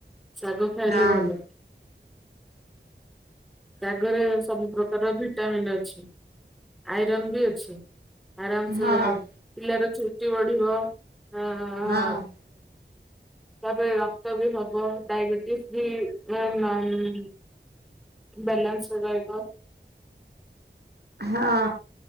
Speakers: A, in the centre; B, on the right (about 60°).
A: ଶାଗ ଖାଇଲେ
B: ଆଉ
A: ଭଲ। ଶାଗରେ ସବୁ ପ୍ରକାର ଭିଟ୍ ଭିଟାମିନ୍ ଅଛି ଆଇରନ୍ ବି ଅଛି ଆରାମ ସେ
B: ହଁ
A: ପିଲାର ଚୁଟି ବଢିବ ଆଁ
B: ହଁ
A: ତାପରେ ରକ୍ତ ବି ହବ ଡାଇବେଟିସ୍ ବି ଆଁ ନାଇଁ ବାଲାନ୍ସରେ ରହିବ।
B: ହାଁ।